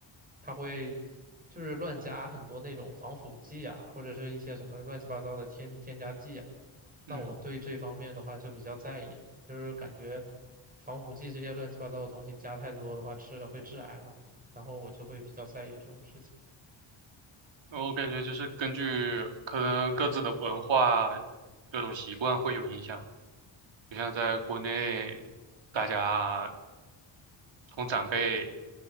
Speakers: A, on the right; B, on the right.
A: 它会就是乱加很多那种防腐剂啊，或者是一些什么乱七八糟的添添加剂啊。
B: 嗯，
A: 那我对这方面的话就比较在意，就是感觉防腐剂这些乱七八糟的东西加太多的话，吃了会致癌嘛，然后我就会比较在意这种事情。
B: 我感觉就是根据可能各自的文化这种习惯会有影响，就像在国内，大家从长辈